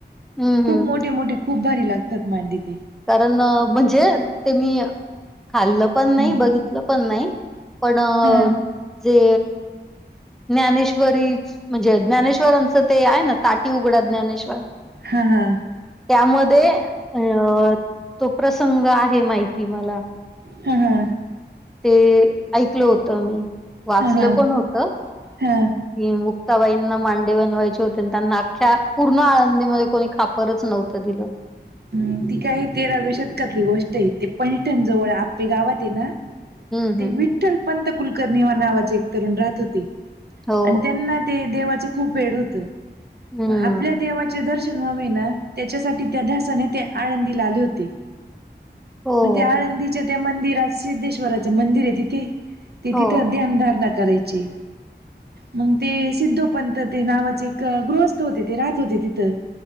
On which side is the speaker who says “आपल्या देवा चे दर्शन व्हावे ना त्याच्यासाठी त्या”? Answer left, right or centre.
Right